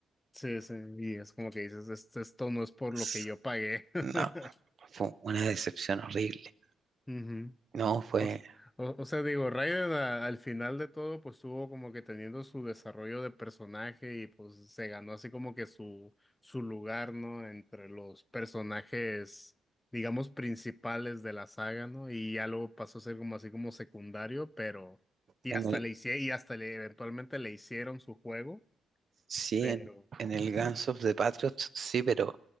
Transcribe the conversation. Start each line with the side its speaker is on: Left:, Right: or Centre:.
Left: sí, sí, y es como que dices, esto, esto no es por lo
Right: S-
Left: que yo pagué. <laughs>
Right: No, fue una decepción horrible.
Left: Ujú.
Right: No, fue
Left: O, s- o- o sea, digo, Raiden a- al final de todo, pues tuvo como que teniendo su desarrollo de personaje y pues se ganó así como que su, su lugar, ¿no? Entre los personajes, digamos, principales de la saga, ¿no? Y ya luego pasó a ser como así como secundario, pero, y
Right: en
Left: hasta
Right: el,
Left: le hice, y hasta le, eventualmente le hicieron su juego,
Right: sí,
Left: pero...
Right: en, en el
Left: Exacto.
Right: <laughs> Guns of the Patriots, sí, pero